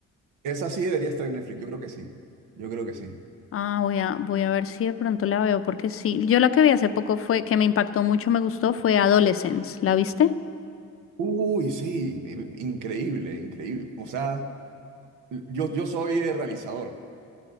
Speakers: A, on the right; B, on the left.
A: Esa sí debería estar en Netflix, yo creo que sí, yo creo que sí.
B: Ah, voy a, voy a ver si de pronto la veo, porque sí. Yo la que vi hace poco fue, que me impactó mucho, me gustó, fue Adolescence. ¿La viste?
A: Uy, sí, in- increíble, increíble. O sea, yo, yo soy eh, realizador.